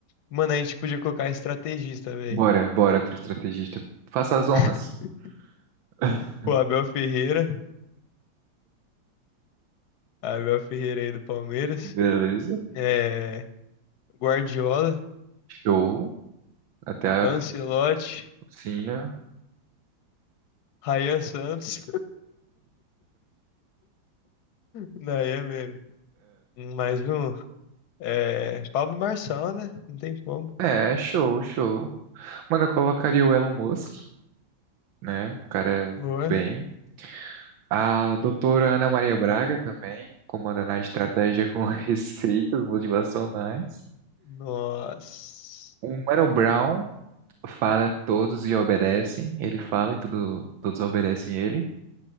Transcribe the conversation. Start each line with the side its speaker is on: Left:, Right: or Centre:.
Left: Mano, a gente podia colocar estrategista, velho.
Right: Bora, bora pro estrategista. Faça as
Left: <laughs>
Right: honras. <laughs>
Left: O Abel Ferreira, Abel Ferreira aí do Palmeiras,
Right: Beleza,
Left: é, Guardiola,
Right: show. Até a
Left: Ancelotti,
Right: cozinha.
Left: Rayan Santos. Não, aí é meme. Mais um. É, Pablo Marçal, né? Não tem como.
Right: É, show, show. Mano, eu colocaria o Elon Musk, né? O cara
Left: Boa.
Right: bem. A doutora Ana Maria Braga também, comandando a estratégia com <laughs> receitas motivacionais.
Left: Nossa.
Right: O Mano Brown fala todos e obedecem. Ele fala e tudo, todos obedecem ele.